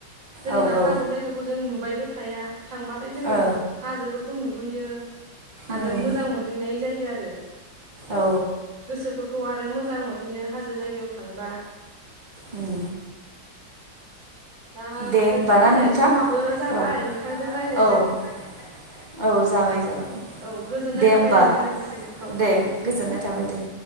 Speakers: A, on the right; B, on the right.
A: जेनेबा
B: औ औ
A: हाजो जायगाखौ जों नुबायबो थाया थांबा जोङो
B: औ
A: हाजोफोरखौ नुहैयो। आरो
B: उम
A: मोजां मोनहैनाय जायो आरो
B: औ
A: गोसोफोर खौ आरो मोजां मोनहैयो हाजो जायगायाव थाङोबा।
B: उम
A: दा
B: दे होमबाना
A: नोंथां नै समाबो जाबाय
B: औ
A: नोंथांजों रायलाय
B: औ औ जाबाय जाबाय
A: औ गोजोननाय
B: दे होमबा
A: थाबाय नोंथांनिसिम औ
B: दे गोजोननाय थाबाय दे।